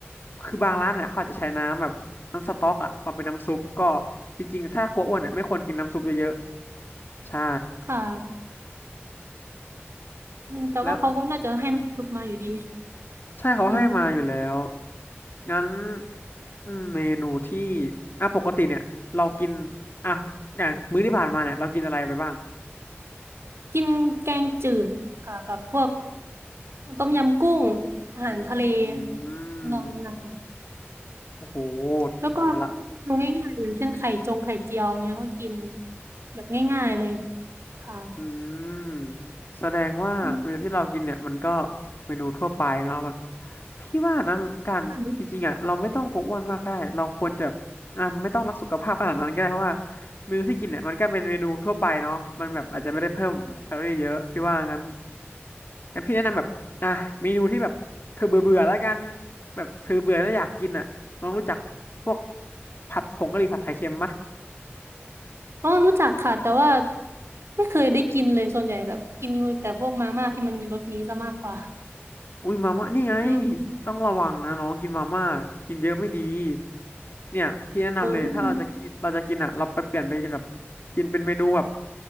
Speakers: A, on the left; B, on the right.
A: คือบางร้านเนี่ยเขาอาจจะใช้น้ำแบบน้ำสต๊อกอะมาเป็นน้ำซุปก็จริงๆถ้ากลัวอ้วนเนี่ยไม่ควรกินน้ำซุปเยอะๆใช่
B: ค่ะอืมแต่ว่าเขาก็น่าจะให้น้ำซุปมาอยู่ดี
A: แล้ว ใช่เขาให้มาอยู่แล้ว
B: อืม
A: งั้นอืมเมนูที่อ่ะปกติเนี่ยเรากินอ่ะอย่างมื้อที่ผ่านมาเนี่ยเรากินอะไรไปบ้าง
B: กินแกงจืดค่ะกับพวกต้มยำกุ้งอาหารทะเล
A: อื
B: ทำนองเนี้ยค่ะ
A: มโอ้โห
B: แล้วก็
A: แต่ละ
B: ดูง่ายๆอย่างเช่นไข่จงไข่เจียวเนี้ยก็กินแบบง่ายๆเลยค่ะ
A: อืมแสดงว่าเมนูที่เรากินเนี่ยมันก็
B: อืม
A: เมนูทั่วไปเนาะมันพี่ว่านะการจริงๆอ่ะเราไม่ต้องกลัวอ้วนมากก็ได้เราควรจะแบบอ่าไม่ต้องรักสุขภาพขนาดนั้นก็ได้เพราะว่า
B: ค่ะ
A: เมนูที่กินเนี่ยมันก็เป็นเมนูทั่วไปเนาะมันแบบอาจจะไม่ได้เพิ่มแคลอรี่เยอะพี่ว่างั้นงั้นพี่แนะนำแบบอ่ะเมนูที่แบบเธอเบื่อเบื่อแล้วกันแบบเธอเบื่อแล้วอยากกินอ่ะน้องรู้จักพวกผัดผงกะหรี่ผัดไข่เค็มมะ
B: อ๋อรู้จักค่ะแต่ว่าไม่เคยได้กินเลยส่วนใหญ่แบบกินแต่พวกมาม่าที่มันมีรสนี้ซะมากกว่า
A: อุ้ยมาม่านี่ไง
B: อืม
A: ต้องระวังนะน้องกินมาม่ากินเยอะไม่ดีเนี่ยพี่แนะนำเลยถ้าเราจะกินเราจะกินอ่ะเราไปเปลี่ยนไปกินแบบ
B: โอ้พี่
A: กินเป็นเมนูแบบ